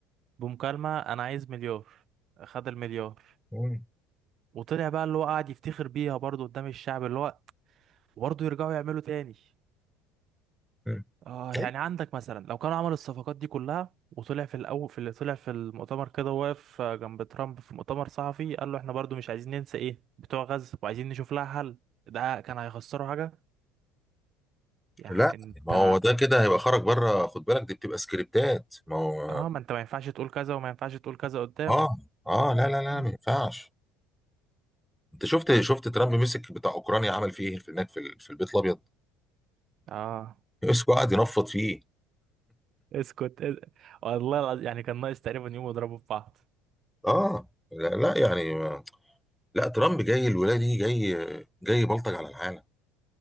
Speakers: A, on the right; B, in the centre.
A: بمكالمة أنا عايز مليار خد المليار
B: مم.
A: وطلع بقى اللي هو قاعد يفتخر بيها برضه قدام الشعب اللي هو برضه يرجعوا يعملوا تاني
B: مم.
A: اه يعني
B: طيب.
A: عندك مثلا لو كانوا عملوا الصفقات دي كلها وطلع في الأول في اللي طلع في المؤتمر كده واقف جنب ترامب في مؤتمر صحفي قال له احنا برضه مش عايزين ننسى ايه بتوع غزة وعايزين نشوف لها حل ده كان هيخسروا حاجة يعني
B: لا
A: انت
B: ما هو ده كده هيبقى خرج بره خد بالك دي بتبقى سكريبتات ما هو
A: اه ما انت ما ينفعش تقول كذا وما ينفعش تقول كذا قدامه
B: اه اه لا لا لا
A: مم.
B: ما ينفعش انت شفت شفت ترامب مسك بتاع اوكرانيا عمل فيه ايه في هناك في ال- في البيت الابيض
A: اه
B: <laughs> مسكه قعد ينفض فيه
A: اسكت اس- والله العظيم يعني كان ناقص تقريبا يوم يضربوا في بعض
B: اه لا, لا يعني لا ترامب جاي الولايه دي جاي جاي بلطج على العالم